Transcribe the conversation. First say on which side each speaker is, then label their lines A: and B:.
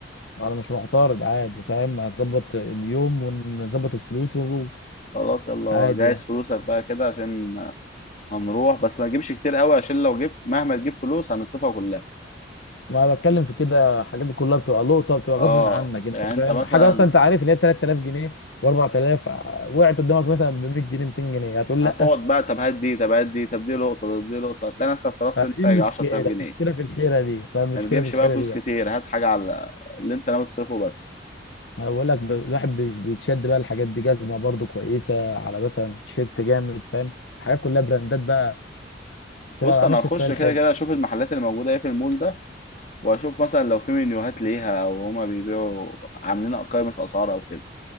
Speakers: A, on the left; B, on the left.
A: انا مش معترض عادي فاهم هنظبط اليوم ونظبط الفلوس ونروح
B: خلاص يلا
A: عادي
B: جهز
A: يعني
B: فلوسك بقى كده عشان هنروح بس ما تجيبش كتير قوي عشان لو جبت مهما تجيب فلوس هنصرفها كلها
A: ما بتكلم في كده الحاجات دي كلها بتبقى لقطه بتبقى
B: اه
A: غصب عنك انت
B: يعني انت
A: فاهم
B: مثلا
A: حاجه اصلا انت عارف ان هي ب 3000 جنيه و4000 وقعت قدامك مثلا ب 100 جنيه 200 جنيه هتقول
B: هتقعد بقى طب هات دي طب هات دي طب دي لقطه طب دي لقطه هتلاقي نفسك صرفت
A: فدي
B: انت يجي
A: مشكلة
B: 10000 جنيه
A: مشكلة في الحيرة دي بقى مشكلة
B: ما تجيبش
A: في الحيرة
B: بقى فلوس
A: دي بقى
B: كتير هات حاجه على اللي انت ناوي تصرفه بس
A: أنا بقول لك ب- الواحد بيش- بيتشد بقى الحاجات دي جزمة برضو كويسة على مثلا تيشيرت جامد فاهم حاجات كلها براندات بقى تبقى
B: بص انا
A: ماشي
B: هخش
A: ستايل
B: كده
A: حلو
B: كده اشوف المحلات اللي موجوده ايه في المول ده واشوف مثلا لو في منيوهات ليها او هما بيبيعوا عاملين قائمه اسعار او كده